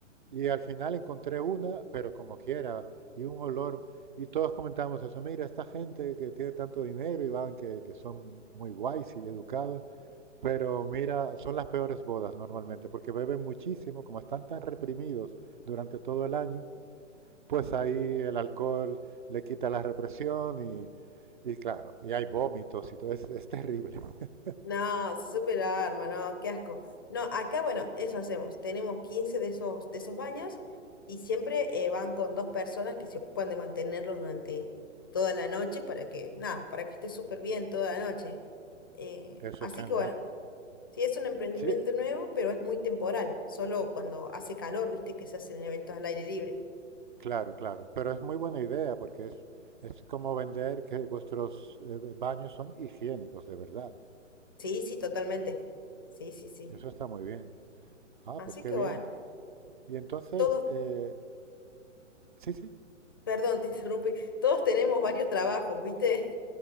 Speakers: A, on the right; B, on the left.
A: Y al final encontré una, pero como quiera, y un olor. Y todos comentábamos eso, mira, esta gente que tiene tanto dinero y van, que, que son muy guays y educados, pero mira, son las peores bodas normalmente, porque beben muchísimo, como están tan reprimidos durante todo el año, pues ahí el alcohol le quita la represión y, y claro, y hay vómitos y todo, es, es terrible. <laughs>
B: No, se súper arma, no, qué asco. No, acá, bueno, eso hacemos. Tenemos 15 de esos, de esos baños y siempre eh, van con dos personas que se ocupan de mantenerlos durante toda la noche para que, nada, para que esté súper bien toda la noche. Eh,
A: Eso
B: así
A: es genial.
B: que bueno, sí, es un emprendimiento
A: Sí,
B: nuevo, pero es muy temporal. Solo cuando hace calor, viste, que se hacen eventos al aire libre.
A: Claro, claro, pero es muy buena idea porque es, es como vender que vuestros eh, baños son higiénicos de verdad.
B: Sí, sí, totalmente. Sí, sí, sí.
A: Eso está muy bien. Ah,
B: Así
A: pues qué
B: que
A: bien.
B: bueno,
A: Y entonces,
B: todos,
A: eh, sí, sí,
B: perdón, <laughs> te interrumpí, todos tenemos varios trabajos, ¿viste?